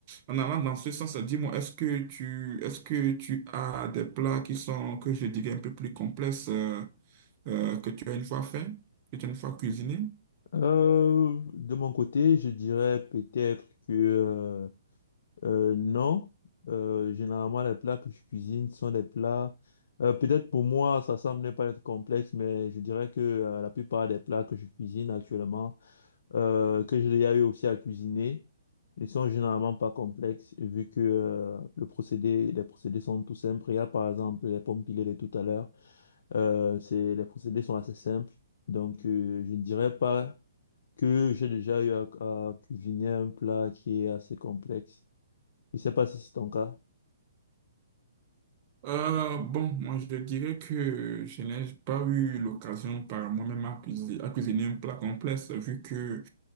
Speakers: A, on the right; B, on the left.
A: en allant dans ce sens, dis-moi, est-ce que tu, est-ce que tu as des plats qui sont, que je dirais, un peu plus complexes? euh, euh, que tu as une fois fait, que tu as une fois cuisiné?
B: Euh, de mon côté, je dirais peut-être que euh, euh, non. Euh, généralement, les plats que je cuisine sont des plats. euh, peut-être pour moi, ça semble ne pas être complexe, mais je dirais que euh, la plupart des plats que je cuisine actuellement, euh, que j'ai déjà eu aussi à cuisiner, ne sont généralement pas complexes vu que euh, le procédé, les procédés sont tout simples. Il y a par exemple les pommes pilées de tout à l'heure. Euh, c'est, les procédés sont assez simples. Donc, euh, je ne dirais pas que j'ai déjà eu à, à cuisiner un plat qui est assez complexe. Je ne sais pas si c'est ton cas.
A: Euh, bon, moi je dirais que je n'ai pas eu l'occasion par moi-même à cuisiner, à cuisiner un plat complexe, vu que